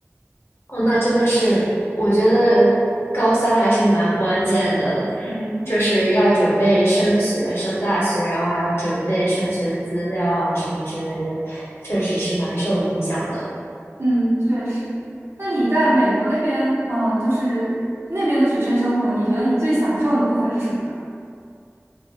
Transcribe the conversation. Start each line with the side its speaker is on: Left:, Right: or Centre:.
Left: 哦，那真的是，我觉得高三还是蛮关键的，
Right: 嗯，
Left: 就是要准备升学、升大学，然后还要准备升学的资料啊什么之类的，确实是蛮受影响的。
Right: 嗯，确实。那你在美国那边，嗯、就是那边的学生生活，你觉得你最享受的部分是什么呢？